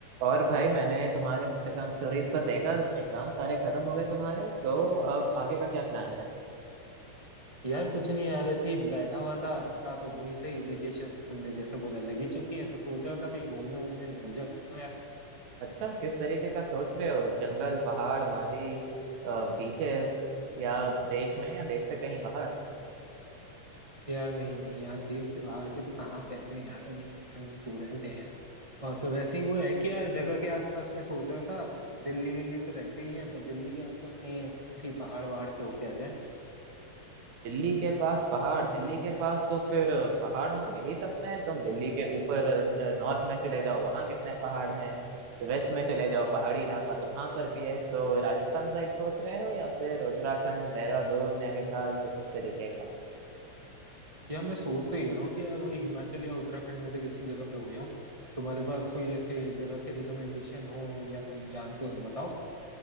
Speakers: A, on the right; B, on the right.
A: और भाई मैंने तुम्हारे इंस्टाग्राम स्टोरीज पर देखा एग्जाम सारे खत्म हो गए तुम्हारे तो अब आगे का क्या प्लान है
B: यार कुछ नहीं यार ऐसे ही बैठा हुआ था थका तो हूँ ही सही वेकेशंस तुमने जैसे बोला लगी चुकी हैं तो सोच रहा था कहीं घूमने वूमने निकल जाओ यार
A: अच्छा किस तरीके का सोच रहे हो जंगल पहाड़ वादी बीचेस या देश में या देश से कहीं बाहर
B: यार नहीं नहीं यार देश से बाहर के तो कहाँ पैसे हैं यार अभी अपन स्टूडेंट हैं यार और फिर वैसे ही वो है कि यार जगह के आसपास मैं सोच रहा था दिल्ली विल्ली तो रहते ही हैं तो दिल्ली के आसपास कहीं ऐसे ही पहाड़ वहाड़ पे होके आ जाए
A: दिल्ली के पास पहाड़ दिल्ली के पास तो फिर पहाड़ हाँ मिल ही सकते हैं तुम दिल्ली के ऊपर नॉर्थ में चले जाओ वहाँ कितने पहाड़ हैं वेस्ट में चले जाओ पहाड़ी इलाका तो वहां पर भी है तो राजस्थान साइड सोच रहे हो या फिर उत्तराखंड देहरादून नैनीताल कुछ इस तरीके का
B: यार मैं सोच तो ये रहा हूँ कि यार वही हिमाचल या उत्तराखंड में से किसी जगह पे हो जाऊँ तुम्हारे पास कोई ऐसे जगह के रिकमेंडेशन हो या तुम जानते हो तो बताओ